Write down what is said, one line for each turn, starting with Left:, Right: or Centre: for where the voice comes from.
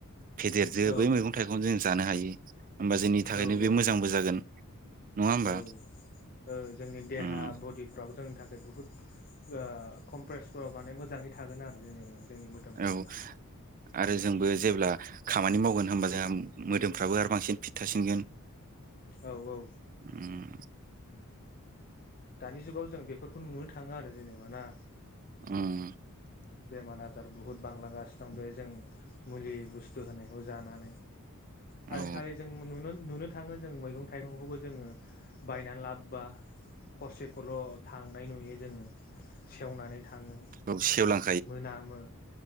Right: फेदेरदो
Left: औ
Right: बै मैगं थाइगं जों जानो हायो होमबा जोंनि थाखायनो
Left: औ
Right: बे मोजांबो जागोन। नङा होमबा
Left: औ ओ जोंनि देहा
Right: उम
Left: बदिफ्राबो जोंनि थाख खाय बुहुत ओ कमप्रेसफोराव माने मोजाङै थागोन आरो जेनेबा। जोंनि मोदोमफोरा
Right: औ आरो
Left: औ।
Right: जोंबो जेब्ला खामानि मावगोन होनबा जोंहा मोदोमफ्राबो आरो बांसिन फिट थासिनगोन।
Left: औ औ।
Right: उम
Left: दानि जुगाव जों बेफोरखौ नुनो थाङो आरो जेनेबा ना।
Right: उम।
Left: बेमार आजार बुहुद बांलांगासिनो दं बे जों मुलि बुसथु होनायखौ जानानै। आजिखालि
Right: औ
Left: जों मो नुनो नुनो थाङो जों मैगं थाइगंखौबो जोङो बायनानै लाबबा हरसेफोरल' थांनाय नुयो जोङो सेवनानै थाङो
Right: औ सेवलां
Left: मोनामो